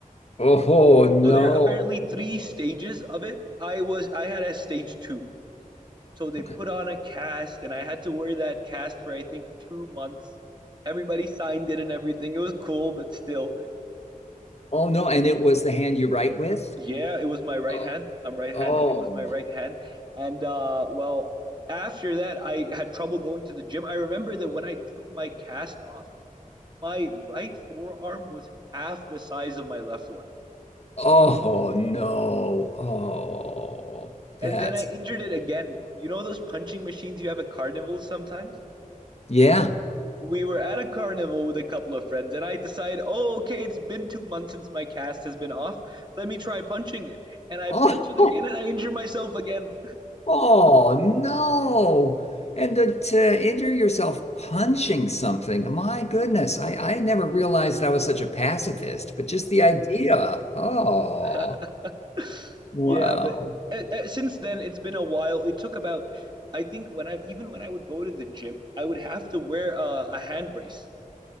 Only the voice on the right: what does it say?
So there are apparently three stages of it. I was I had a stage 2. So they
put on a cast and I had to wear that cast for I think 2 months. Everybody signed it and everything. It was cool, but still.
Yeah, it was my right
hand. I'm right-handed.
It was my right hand. And uh well, after that I had trouble going to the gym. I remember that when I took my cast off, my right forearm was half the size of my left one.
And then I injured it again. You know those punching machines you have at carnivals sometimes?
We were at a carnival with a couple of friends, and I decide, oh, okay, it's been two months since my cast has been off. Let me try punching it. And I
punch it again, and I injure myself again.
<laughs>
Yeah, but uh, uh, since then it's been a while. It took about, I think when I even when I would go to the gym, I would have to wear a, a hand brace